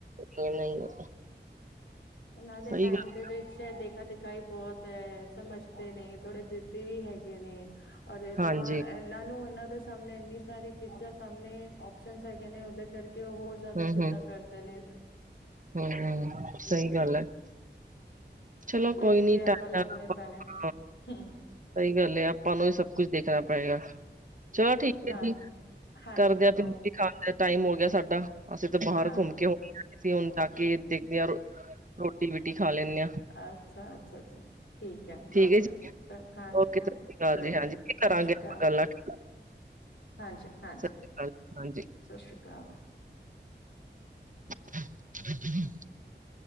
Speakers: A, on the right; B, on the left.
A: ਇਹ ਨਹੀਂ
B: ਇਹਨਾਂ ਦੇ
A: ਸਹੀ
B: ਟਾਈਮ
A: ਗੱਲ
B: ਦੇ ਵਿੱਚ ਦੇਖਾ ਦੇ ਖੀ ਬਹੁਤ ਸਮਝਦੇ ਨਹੀਂ ਥੋੜੇ ਜਿੱਦੀ ਵੀ ਹੈਗੇ ਨੇ ਔਰ ਇਹਦਾਂ
A: ਹਾਂਜੀ
B: ਇਹਨਾਂ ਨੂੰ ਇਹਨਾਂ ਉਹਦੇ ਸਾਹਮਣੇ ਇੰਨੀ ਸਾਰੀ ਚੀਜ਼ਾਂ ਸਾਹਮਣੇ ਓਪਸ਼ਨਜ ਹੈਗੀਆਂ ਨੇ ਉਹਦੇ ਕਰਕੇ ਕਿ ਓ ਹੋਰ ਜ਼ਿਆਦਾ
A: ਹੂੰ
B: ਜਿੱਦਾਂ
A: ਹੂੰ
B: ਕਰਦੇ ਨੇ
A: ਹੂੰ, ਸਹੀ ਗੱਲ ਐ ਚਲੋ
B: ਤਰੀਕੇ
A: ਕੋਈ ਨੀ
B: ਆਪਾਂ
A: ਸਹੀ
B: ਲੱਭਣੇ ਪੈਣੇ ਹੂੰ
A: ਗੱਲ ਐ ਆਪਾਂ ਨੂੰ ਇਹ ਸਭ ਕੁਛ ਦੇਖ ਦੇਖਣਾ ਪਏਗਾ ਚਲੋ ਠੀਕ ਐ
B: ਹਾਂ
A: ਜੀ
B: ਹਾਂਜੀ
A: ਕਰਦਿਆਂ ਫਿਰ
B: ਓ
A: ਰੋਟੀ ਖਾਣ ਦਾ ਟਾਈਮ ਹੋ ਸਾਡਾ ਅਸੀਂ ਤਾਂ ਬਾਹਰ
B: ਹਾਂ
A: ਘੁੰਮ ਕੇ <unintelligible> ਅਸੀਂ ਹੁਣ ਜਾ ਕੇ ਦੇਖਦੇ ਆ, ਰੋਟੀ ਵੀਟੀ ਖਾ ਲੈਣੇ ਆ
B: ਅੱਛਾ-ਅੱਛਾ, ਅੱਛਾ ਠੀਕ ਐ ਲ,
A: ਠੀਕ
B: ਓਕੇ
A: ਹੈ ਜੀ
B: ਚਲ ਹਾਂਜੀ-ਹਾਂਜੀ
A: ਓਕੇ ਸਤਿ ਸ਼੍ਰੀ ਅਕਾਲ
B: ਚਲੋ
A: ਜੀ ਹਾਂਜੀ ਕਰਾਂਗੇ
B: ਸਤਿ ਸ਼੍ਰੀ ਅਕਾਲ
A: ਆਪਾਂ ਗੱਲਾਂ ਸਤਿ
B: ਹਾਂਜੀ-ਹਾਂਜੀ,
A: ਸ਼੍ਰੀ ਅਕਾਲ ਹਾਂਜੀ
B: ਸਤਿ ਸ੍ਰੀ ਅਕਾਲ
A: <unintelligible>